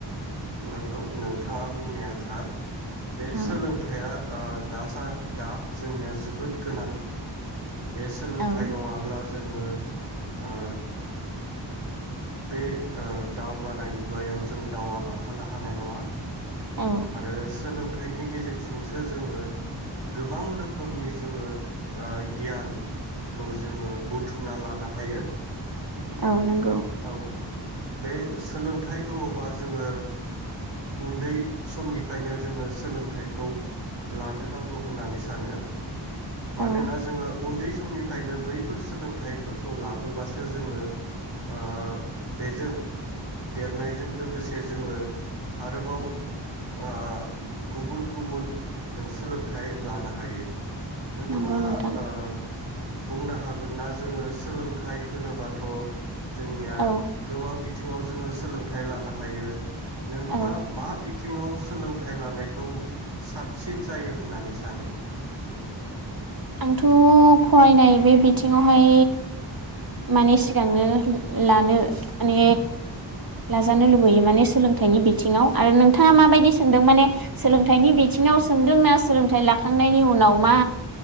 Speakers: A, on the right (about 70°); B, on the right (about 50°).
A: नंगौ नोंथाङा बुंनाया थार बे
B: औ
A: सोलोंथाइया आ दास सा दा जोंनिया जोबोद गोनां बे सोलोंथाइ
B: औ
A: नङाब्ला जोङो ओ बे ओ दावगानाय मुगायाव जोङो दावगालांफानो हानाय नङा
B: औ
A: आरो सोलों थाइनि गेजेरजोंसो जोङो गोबां रोखोमनि जोङो ओ गियान खौ जोङो बुथुमना लानो हायो।
B: औ नंगौ
A: औ बे सोलोंथाइ बुङोबा जोङो उन्दै समनिफायनो जोङो सोलोंथाइखौ लानो नांगौ होननानै सानो मानोना
B: औ
A: जोङो उन्दै समनिफ्रायनो बैफोर सोलोंथाइफोरखौ लाबोबासो जोङो आ बेजों देरनायजों लोगोसे जोङो आरोबाव आ गुबुन गुबुन जों सोलोंथाइ लानो हायो नोंथाङा
B: नंगौ नोंथां
A: आ बुंनो हागोन ना जोङो सोलोंथाइ होनोबाद थ' जोंनिया
B: औ
A: गोबां बिद थिङाव जोङो सोलों थाइ लानो हायो नोंथाङा
B: औ
A: मा बिद सोलोंथाइ लानायखौ साबसिन जायो होननानै सानो
B: आंथ' फरायनाय बे बिथिङावहाय माने सिगांनो ला लानो माने लाजानो लुबैयो माने सोलोंथाइनि बिथिङाव आरो नोंथाङा माबायदि सोंदों माने सोलोंथाइनि बिथिङाव सोंदोंना सोलोंथाइ लाखांनायनि उनाव मा?